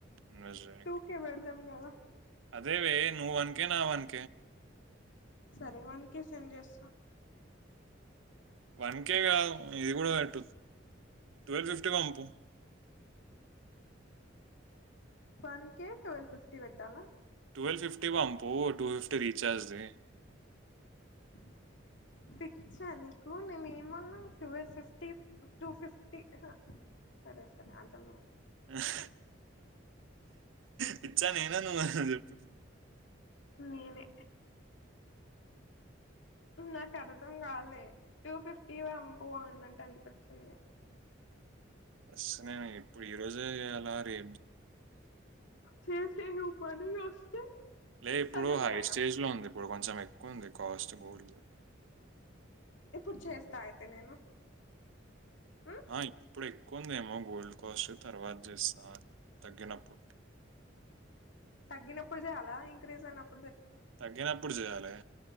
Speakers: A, on the right; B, on the left.
A: ఇన్వెస్ట్ చేయానికి
B: టూ కే పెడదాం కదా
A: అదే వె నువ్ వన్కే నా వన్
B: సరే వన్ కే సెండ్ చేస్తా
A: వన్కే కదు ఇది కూడా పెటు ట్వెల్వ్ ఫిఫ్టీ పంపు
B: వన్ కే ట్వీల్వ్ఫిఫ్టీ పెట్టాలా
A: ట్వెల్ ఫిఫ్టీ పంపు టూ ఫిఫ్టీ రీఛార్జ్ చెయ్
B: <inaudible> పిచ్చ నీకు నేను ఏమన్నా టువెల్ఫిఫ్టీ టూ ఫిఫ్టీ అహ సరే సరే అర్థమైద్
A: హ్మ్ పిచ్చా నేనా నువ్వా చెప్
B: నేనే నాకు అర్థం కాలే టూ ఫిఫ్ టి వంపు అన్నట్టు అనిపిచింది
A: వస్తున్న నేను ఇప్పుడు ఈ రోజె అలా రే
B: చేసేయు మనీ వస్తే
A: లే ఇప్పుడు
B: సగం
A: హై
B: సగం
A: స్టేజ్ లో ఉంది ఇప్పుడు కొంచెం ఎక్కువవుంది కాస్ట్ గోల్డ్ది
B: ఇప్పుడు చేస్తా అయితే నేను మ్మ్
A: ఆ ఇప్పుడు ఎక్కువుందేమో గోల్డ్ కాస్ట్ తర్వాత చేస్తా తగ్గినప్పు
B: తగినపుడచేయాలా ఇంక్రీజ్ అయినప్
A: తగ్గినప్పుడు చేయాలె